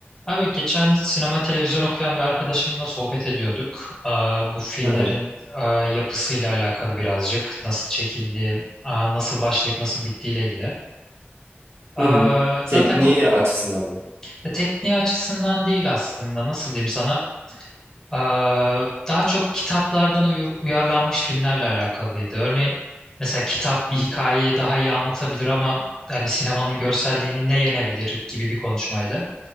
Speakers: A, on the left; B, on the right.
A: Abi geçen sinema televizyon okuyan bir arkadaşımla sohbet ediyorduk. Aa, bu filmlerin
B: Aha.
A: aa, yapısıyla alakalı birazcık. Nasıl çekildiği, aa, nasıl başlayıp nasıl bittiğiyle ilgili. Aa,
B: Hı hı.
A: zaten
B: Tekniği
A: ko-
B: açısından mı?
A: ya tekniği açısından değil aslında. Nasıl diyeyim sana? Aa, daha çok kitaplardan uyur- uyarlanmış filmlerle alakalıydı. Örneğin mesela kitap bir hikayeyi daha iyi anlatabilir ama hani sinemanın görselliğini ne yenebilir gibi bir konuşmaydı.